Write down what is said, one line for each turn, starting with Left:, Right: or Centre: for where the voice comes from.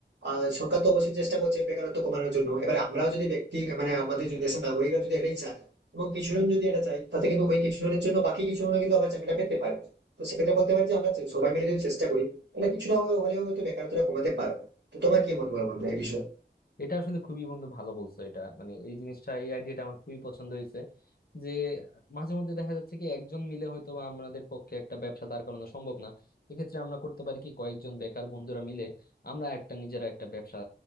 Right: আহ সরকার তো অবশ্যই চেষ্টা করছে বেকারত্ব কমানোর জন্য এবার আমরাও যদি ব্যক্তি মানে আমাদের যদি দেশের নাগরিকরা যদি এটাই চায় এবং কিছু জন যদি এটা চায় তাতে কিন্তু ওই কিছু জনের জন্য বাকি কিছু জন কিন্তু আবার চাকরিটা পেতে পারে তো সেক্ষেত্রে বলতে পারি যে আমরা চে- সবাই মিলে যদি চেষ্টা করি তাহলে কিছুটা হলেও হয়তো বেকারত্বটা কমাতে পারবো তো তোমার কি মত বলো বন্ধু এই বিষয়ে
Left: এটা আসলে খুবই বন্ধু ভালো বলছো এটা মানে এই জিনিসটা এই আইডিয়াটা আমার খুবই পছন্দ হয়েছে যে মাঝে মধ্যে দেখা যাচ্ছে কি একজন মিলে হয়তো বা আমাদের পক্ষে একটা ব্যবসা দাঁড় করানো সম্ভব না এক্ষেত্রে আমরা করতে পারি কি কয়েকজন বেকার বন্ধুরা মিলে আমরা একটা নিজেরা একটা ব্যবসা